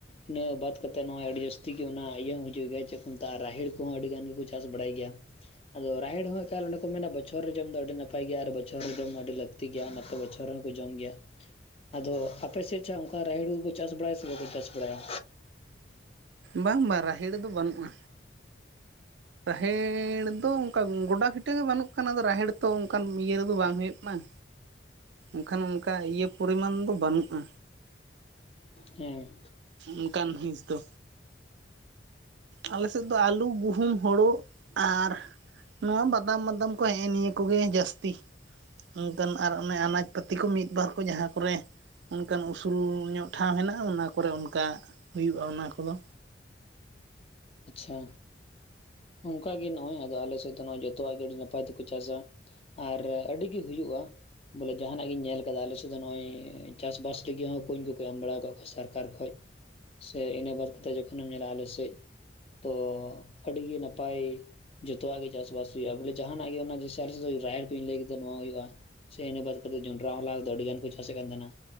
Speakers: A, on the left; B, on the right.
A: ᱤᱱᱟᱹ ᱵᱟᱫ ᱠᱟᱛᱮᱫ ᱱᱚᱣᱟ ᱟᱹᱰᱤ ᱡᱟᱹᱥᱛᱤ ᱜᱮ ᱚᱱᱟ ᱤᱭᱟᱹ ᱦᱤᱡᱩᱜ ᱜᱮᱭᱟ ᱡᱮᱛᱩ ᱨᱟᱦᱮᱲ ᱩᱱᱦᱚᱸ ᱟᱹᱰᱤ ᱜᱟᱱ ᱜᱮᱠᱚ ᱪᱟᱥ ᱵᱟᱲᱟᱭ ᱜᱮᱭᱟ ᱟᱫᱚ ᱨᱟᱦᱮᱲ ᱦᱚᱸ ᱮᱠᱟᱞ ᱚᱸᱰᱮ ᱠᱚ ᱢᱮᱱᱟ ᱵᱚᱪᱷᱚᱨ ᱨᱮ ᱡᱚᱢ ᱫᱚ ᱟᱹᱰᱤ ᱱᱟᱯᱟᱭ ᱜᱮᱭᱟ, ᱟᱨ ᱵᱚᱪᱷᱚᱨ ᱨᱮ ᱡᱚᱢ ᱫᱚ ᱟᱹᱰᱤ ᱞᱟᱹᱠᱛᱤ ᱛᱤ ᱜᱟᱛᱮ ᱜᱮᱭᱟ ᱱᱟᱛᱮ ᱵᱚᱪᱷᱚᱨ ᱦᱚᱸᱠᱚ ᱡᱚᱢ ᱜᱮᱭᱟ᱾ ᱟᱫᱚ ᱟᱯᱮᱥᱮᱫ ᱪᱷᱟ ᱚᱱᱠᱟ ᱨᱟᱦᱮᱲ ᱠᱩ ᱠᱚ ᱪᱟᱥ ᱵᱟᱲᱟᱭᱟ ᱥᱮ ᱵᱟᱠᱚ ᱪᱟᱥ ᱵᱟᱲᱟᱭᱟ?
B: ᱵᱟᱝ ᱵᱟᱝ ᱨᱟᱦᱮᱲ ᱫᱚ ᱵᱟᱹᱱᱩᱜᱼᱟ᱾ ᱨᱟᱦᱮᱲ ᱫᱚ ᱚᱱᱠᱟ ᱜᱚᱰᱟ ᱯᱷᱤᱴᱟᱹ ᱜᱮ ᱵᱟᱹᱱᱩᱜ ᱠᱟᱱᱟ ᱟᱫᱚ ᱨᱟᱦᱮᱲ ᱛᱚ ᱚᱱᱠᱟᱱ ᱤᱭᱟᱹ ᱨᱮᱫᱚ ᱵᱟᱝ ᱦᱩᱭᱩᱜ ᱠᱟᱱᱟ ᱮᱠᱷᱟᱱ ᱚᱱᱠᱟ ᱤᱭᱟᱹ ᱯᱚᱨᱤᱢᱟᱱ ᱫᱚ ᱵᱟᱹᱱᱩᱜᱼᱟ
A: ᱦᱮᱸ
B: ᱚᱱᱠᱟᱱ ᱦᱤᱥ ᱫᱚ ᱟᱞᱮ ᱥᱮᱫ ᱫᱚ ᱟᱹᱞᱩ ᱜᱩᱦᱩᱢ ᱦᱳᱲᱳ ᱟᱨ ᱱᱚᱣᱟ ᱵᱟᱫᱟᱢ ᱵᱟᱫᱟᱢ ᱠᱚ ᱦᱮᱸᱜᱮ ᱱᱤᱭᱟᱹ ᱠᱚᱜᱮ ᱡᱟᱹᱥᱛᱤ ᱚᱱᱠᱟᱱ ᱟᱨ ᱚᱱᱮ ᱟᱱᱟᱡ ᱯᱟᱹᱛᱤ ᱠᱚ ᱢᱤᱫᱵᱟᱨ ᱠᱚ ᱡᱟᱦᱟᱸ ᱠᱚᱨᱮ ᱚᱱᱠᱟᱱ ᱩᱥᱩᱞ ᱧᱚᱜ ᱴᱷᱟᱶ ᱢᱮᱱᱟᱜᱼᱟ ᱚᱱᱟ ᱠᱚᱨᱮ ᱚᱱᱠᱟ ᱦᱩᱭᱩᱜᱼᱟ ᱚᱱᱟ ᱠᱚᱫᱚ᱾
A: ᱟᱪᱪᱷᱟ ᱚᱱᱠᱟ ᱜᱮ ᱱᱚᱜᱚᱭ ᱟᱫᱚ ᱟᱞᱮᱥᱮᱫ ᱫᱚ ᱡᱚᱛᱚᱣᱟᱜ ᱜᱮ ᱟᱹᱰᱤ ᱱᱟᱯᱟᱭ ᱛᱮᱠᱚ ᱪᱟᱥᱟ ᱟᱨ ᱟᱹᱰᱤᱜᱮ ᱦᱩᱭᱩᱜᱼᱟ ᱵᱚᱞᱮ ᱡᱟᱦᱟᱱᱟᱜ ᱜᱤᱧ ᱧᱮᱞ ᱠᱟᱫᱟ ᱟᱞᱮ ᱥᱮᱫ ᱫᱚ ᱱᱚᱜᱼᱚᱭ ᱪᱟᱥᱵᱟᱥ ᱞᱟᱹᱜᱤᱫ ᱦᱚᱸ ᱠᱩᱧ ᱠᱚᱠᱚ ᱮᱢ ᱵᱟᱲ ᱟᱠᱟᱫ ᱠᱚᱣᱟ ᱥᱟᱨᱠᱟᱨ ᱠᱷᱚᱡ᱾ ᱥᱮ ᱤᱱᱟᱹ ᱵᱟᱫ ᱠᱟᱛᱮ ᱡᱚᱠᱷᱚᱱᱮᱢ ᱧᱮᱞᱟᱼᱟ ᱟᱞᱮ ᱥᱮᱫ ᱛᱚ ᱟᱹᱰᱤᱜᱤ ᱱᱟᱯᱟᱭ ᱡᱚᱛᱚᱣᱟᱜ ᱜᱮ ᱪᱟᱥᱵᱟᱥ ᱦᱩᱭᱩᱜᱼᱟ ᱵᱚᱞᱮ ᱡᱟᱦᱟᱱᱟᱜ ᱜᱮ ᱚᱱᱟ ᱨᱟᱦᱮᱲ ᱠᱚᱧ ᱞᱟᱹᱭ ᱠᱮᱫᱟ ᱱᱚᱣᱟ ᱦᱩᱭᱩᱜᱼᱟ ᱥᱮ ᱤᱱᱟᱹ ᱵᱟᱫ ᱠᱟᱛᱮᱫ ᱡᱚᱱᱰᱨᱟ ᱦᱚ ᱫᱚ ᱟᱹᱰᱤ ᱜᱟᱱ ᱠᱚ ᱪᱟᱥᱮᱫ ᱠᱟᱱ ᱛᱟᱦᱮᱱᱟ